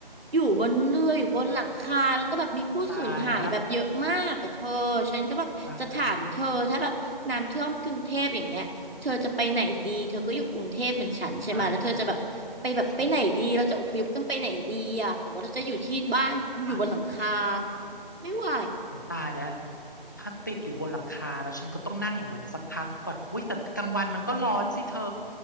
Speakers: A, on the right; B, on the left.
A: อยู่บนเรืออยู่บนหลังคาแล้วก็แบบมีผู้สูญหายแบบเยอะมากอะเธอฉันก็แบบจะถามเธอถ้าแบบน้ำท่วมกรุงเทพอย่างเงี้ยเธอจะไปไหนดี
B: โอ้ตายละตายละ
A: เธอก็อยู่กรุงเทพเหมือนฉันใช่ไหมแล้วเธอจะแบบไปแบบไปไหนดีเราจะอพยพกันไปไหนดีอะหรือว่าเราจะอยู่ที่บ้านอยู่บนหลังคา
B: ตายละฉันอ่ะ
A: ไม่ไหว
B: อุ้ยตายแล้วถ้าติดอยู่บนหลังคาแล้วฉันก็ต้องนั่งอยู่มันสักพักก่อนอุ้ยแต่กลางวันมันก็ร้อนสิเธอ